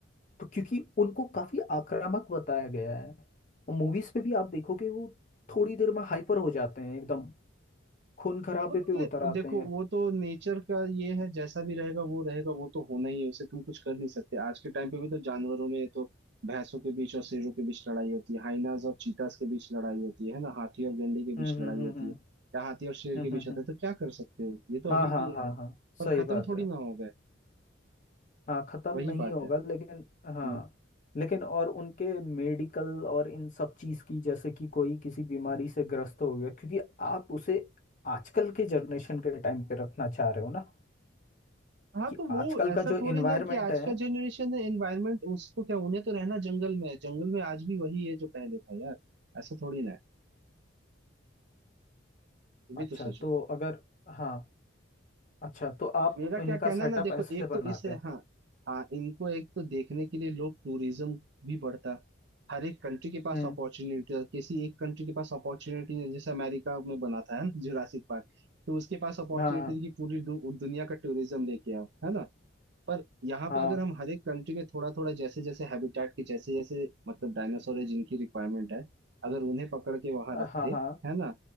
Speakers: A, on the left; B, on the right.
A: तो क्योंकि उनको काफी आक्रामक बताया गया है और मूवीज पे भी आप देखोगे वो थोड़ी देर में हाइपर हो जाते हैं एकदम खून खराबे
B: वो तो
A: पे
B: क्लियर
A: उतर
B: वो
A: आते
B: देखो
A: हैं
B: वो तो नेचर का ये है जैसा भी रहेगा वो रहेगा वो तो होना ही है उसे तुम कुछ कर नहीं सकते आज के टाइम पे भी तो जानवरों में तो भैंसों के बीच और शेरों के बीच लड़ाई होती है हाइनास और चीतास के बीच लड़ाई होती है है ना हाथी और गेंडे के बीच
A: हम्म
B: लड़ाई
A: हम्म हम्म
B: होती
A: हम्म।
B: है या हाथी और शेर
A: हम्म
B: के बीच
A: हम्म
B: होता
A: हम्म।
B: है तो क्या कर सकते हो ये तो
A: हाँ
B: अभी
A: हाँ
B: भी है
A: हाँ हाँ
B: पर
A: सही
B: खत्म
A: बात
B: थोड़ी
A: है
B: ना हो गए
A: हाँ खत्म
B: वही
A: नहीं
B: बात
A: होगा
B: है
A: लेकिन
B: हम्म।
A: हाँ लेकिन और उनके मेडिकल और इन सब चीज की जैसे कि कोई किसी बीमारी से ग्रस्त हो गया क्योंकि आप उसे आजकल के जनरेशन के टाइम पे रखना चाह रहे हो ना
B: हाँ
A: कि
B: तो वो
A: आजकल
B: ऐसा
A: का जो
B: थोड़ी
A: इन्वायरमेंट
B: ना है कि आज
A: है
B: का जनरेशन है एनवायरमेंट उसको क्या उन्हें तो रहना जंगल में है जंगल में आज भी वही है जो पहले था यार ऐसा थोड़ी ना है ये भी
A: अच्छा
B: तो सोचो
A: तो अगर हाँ अच्छा तो आप
B: मेरा क्या
A: इनका
B: कहना
A: सेटअप
B: है ना देखो
A: ऐसे
B: एक
A: बनाते
B: तो इससे
A: हैं
B: हाँ हाँ इनको एक तो देखने के लिए लोग टूरिज्म भी बढ़ता हर एक कंट्री के पास
A: हम्म
B: अपॉर्चुनिटी है किसी एक कंट्री के पास अपॉर्चुनिटी नहीं है, जैसे अमेरिका में बना था है ना <laughs> जुरासिक पार्क तो उसके पास अपॉर्चुनिटी
A: हाँ
B: थी कि पूरी दु, दुनिया का टूरिज्म लेके आओ है ना पर यहाँ
A: हाँ
B: पे अगर हम हर एक कंट्री में थोड़ा थोड़ा जैसे जैसे हैबिटेट के जैसे जैसे मतलब डायनासोर है जिनकी रिक्वायरमेंट है अगर उन्हें पकड़ के वहां
A: हाँ
B: रखते
A: हाँ हाँ
B: है ना